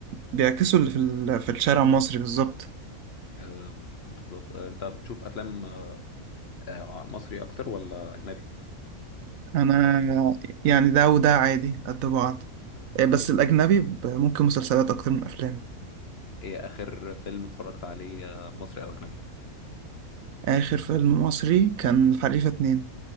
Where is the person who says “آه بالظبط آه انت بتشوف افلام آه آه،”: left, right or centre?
Left